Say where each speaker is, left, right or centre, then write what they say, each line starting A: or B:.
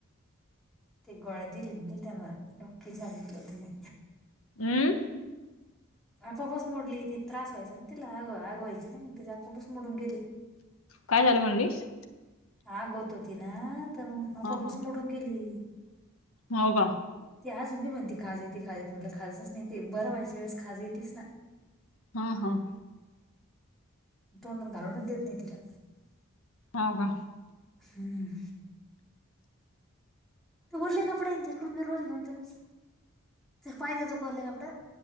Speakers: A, in the centre; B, on the left.
A: ते गोळती लिगी त्यांना डाॅक्टरला सांगितलं त्यांना.
B: हम्म.
A: आपापस मोडली ति त्रास व्हायचाय तिला आग आगवायची ना मग तिच्या आपोआप च मोडून गेली.
B: काय झालं म्हणलीस.
A: आग होत होती ना तर मग आपोआप
B: हा
A: च
B: हा
A: मोडून गेली.
B: हो का.
A: ते आजून मी म्हणते खाज येते खाज येत म्हटलं खाजच नाहीे ते बरं व्हायच्या वेळेस खाज येतेस ना.
B: हम ह्म्म.
A: तोंडात घालूनच देत नाही तिला.
B: हो का.
A: हम्म. बोलले कपडे तिकडून <unintelligible> घेऊन तलास. <unintelligible> कोले कपड्यात.